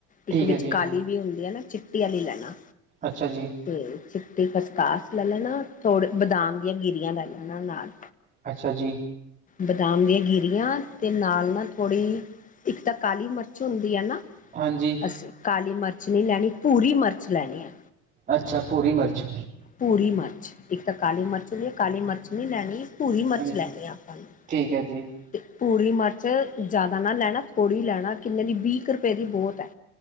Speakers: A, on the right; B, on the left.
A: ਠੀਕ
B: ਇੱਕ ਵਿੱਚ
A: ਹੈ ਜੀ
B: ਕਾਲੀ ਵੀ ਹੁੰਦੀ ਆ ਨਾ ਚਿੱਟੀ ਆਲੀ ਲੈਣਾ।
A: ਅੱਛਾ ਜੀ।
B: ਤੇ ਚਿੱਟੀ ਖਸਕਾਸ ਲੈ ਲੈਣਾ ਥੋੜ੍ਹੇ ਬਦਾਮ ਦੀਆਂ ਗਿਰੀਆਂ ਲੈ ਲੈਣਾ ਨਾਲ।
A: ਅੱਛਾ ਜੀ।
B: ਬਦਾਮ ਦੀਆ ਗੀਰੀਆਂ ਤੇ ਨਾਲ ਨਾ ਥੋੜ੍ਹੀ ਇੱਕ ਤਾ ਕਾਲੀ ਮਰਚ ਹੁੰਦੀ ਐ ਨਾ
A: ਹਾਂਜੀ
B: ਅਸੀ ਕਾਲੀ ਮਰਚ ਨਈ ਲੈਣੀ ਭੂਰੀ ਮਰਚ ਲੈਣੀ ਐ।
A: ਅੱਛਾ ਭੂਰੀ ਮਰਚ।
B: ਭੂਰੀ ਮਰਚ ਇੱਕ ਤਾਂ ਕਾਲੀ ਮਰਚ ਨੀ ਕਾਲੀ ਮਰਚ ਨੀ ਲੈਣੀ ਭੂਰੀ
A: ਹਾਂਜੀ
B: ਮਰਚ ਲੈਣੀ ਆ ਆਪਾਂ ਨੂੰ।
A: ਠੀਕ ਐ ਜੀ।
B: ਤੇ ਭੂਰੀ ਮਰਚ ਜ਼ਿਆਦਾ ਨਾ ਲੈਣਾ ਥੋੜ੍ਹੀ ਲੈਣਾ ਕਿੰਨੇ ਦੀ ਵੀਹ ਕ ਰੁਪਏ ਦੀ ਬੌਤ ਐ।